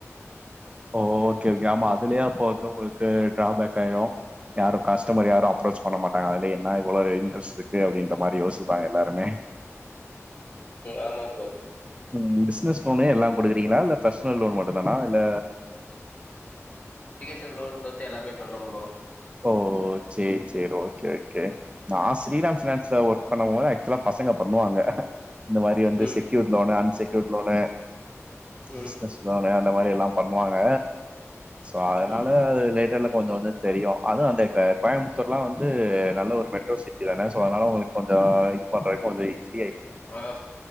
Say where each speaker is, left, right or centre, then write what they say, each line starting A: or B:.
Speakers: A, on the right; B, on the left.
A: ஓ ஓகே ஓகே ஆமா அதுலயே அப்போ வந்து உங்களுக்கு டாபேக் ஆயிரு யாரு காஸ்ட் கஸ்டமர் யாரு அப்ரோச் பண்ண மாட்டாங்க அதைய னா இவ்வளவு இன்ட்ரெஸ்ட் இருக்கு அப்டின்ற மாரி யோசிப்பாங்க எல்லாருமே
B: ஆமா ஃப்ரோ
A: ம் பிஸ்னஸ் லோனு எல்லாம் குடுக்கறீங்கல்லா இல்ல பர்ஸ்னல் லோன் மட்டுந்தானா இல்ல
B: பர்ஸ்னல் லோன் தவுர்த்து எல்லாமே பண்ணுவோம் ஃப்ரோ
A: ஓ சேரி சேரி ஓகே ஓகே நா ஸ்ரீராம் பினான்ஸ்ல ஒரு இப்போ அவங்க பசங்க பண்ணுவாங்க இந்த மாதிரி வந்து
B: ம்
A: செக்யூர் லோனு அன்செக்யூர் லோட
B: ம்
A: பிஸ்னஸ் லோனு அந்த மாதிரி எல்லாம் பண்ணுவாங்க சோ அதனால
B: ம்
A: அது விடல கொஞ்சம் கொஞ்சம் தெரியும் அதுவும் அந்த கோயம்புத்தூர்லாம் வந்து நல்ல ஒரு மெட்ரோ சிட்டி தானே ஸோ அதனால உங்களுக்கு கொஞ்சம் இது பண்ணுறதுக்கு வ
B: ஆஹ